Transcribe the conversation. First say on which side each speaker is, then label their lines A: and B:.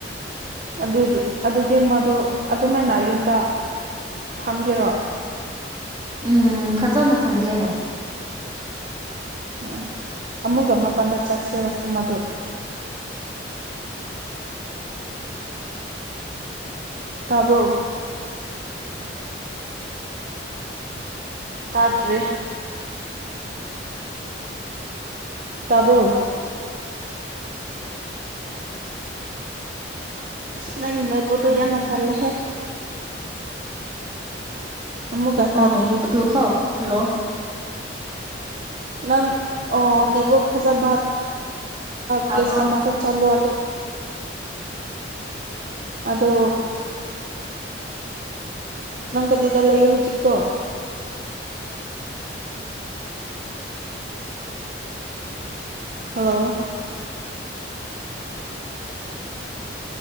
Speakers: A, on the right; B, on the right.
A: ꯑꯗꯨꯗꯤ ꯑꯗꯨꯗꯤ ꯃꯗꯨ ꯑꯗꯨꯝꯥꯏꯅ ꯌꯨꯝꯗ ꯊꯝꯒꯦꯔꯣ
B: ꯎꯝ ꯈꯖꯅ ꯈꯟꯗꯦ ꯍꯥꯏ
A: ꯑꯣ ꯑꯃꯒ ꯃꯥꯄꯜꯗ ꯆꯠꯁꯤꯔꯣ ꯃꯗꯨ ꯇꯥꯕ꯭ꯔꯣ ꯇꯥꯗ꯭ꯔꯤ ꯇꯥꯕ꯭ꯔꯣ ꯑꯁ ꯅꯪꯒꯤ ꯅꯦꯠꯋꯥꯛꯇꯣ
B: ꯎꯝ
A: ꯌꯥꯝꯅ ꯇꯜꯂꯦꯍꯦ꯫ ꯑꯃꯨꯛꯀ ꯇꯥꯗ꯭ꯔꯤ
B: ꯑ ꯑꯗꯨ ꯈꯥꯎ ꯍꯜꯂꯣ
A: ꯅꯪ ꯑꯣ ꯅꯦꯠꯋꯥꯛ ꯐꯖꯥꯕ
B: ꯇꯥꯕ꯭ꯔꯣ
A: ꯄ꯭ꯂꯦꯁ ꯑꯃꯗ ꯆꯜꯂꯨ ꯑꯗꯣ ꯅꯪ ꯀꯗꯤꯗ ꯂꯩꯌꯦ ꯍꯧꯖꯤꯛꯇꯣ ꯍꯜꯂꯣ